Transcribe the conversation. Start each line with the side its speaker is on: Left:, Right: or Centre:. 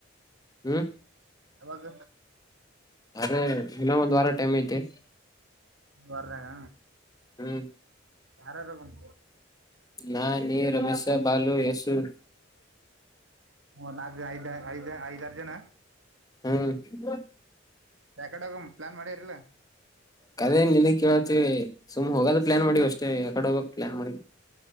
Left: ಹ್ಮ್
Right: ಯಾವಾಗ
Left: ಅರೆ ಇನ್ನ ಒಂದು ವಾರ ಟೈಮ್ ಐತಿ.
Right: ಈ ವಾರದಾಗ
Left: ಹ್ಮ್
Right: ಯಾರ್ಯಾರು ಹೋಗಮ್
Left: ನಾ ನೀ ರಮೇಶ ಬಾಲು ಯಶು
Right: ಹ ನಾಲ್ಕ್ ಐದ ಐದ ಐದಾರು ಜನ
Left: ಹ್ಮ್
Right: ಯಾಕಡೆ ಹೋಗುಂ ಪ್ಲಾನ್ ಮಾಡಿರಿ ಇಲ್ಲ.
Left: ಕದೇ ನಿನ್ ಕೇಳತಿ ಸುಮ್ ಹೋಗೋದ್ ಪ್ಲಾನ್ ಮಾಡಿ ಅಷ್ಟೇ ಯಾಕಡೆ ಹೋಗಕ್ ಪ್ಲಾನ್ ಮಾಡಿಲ್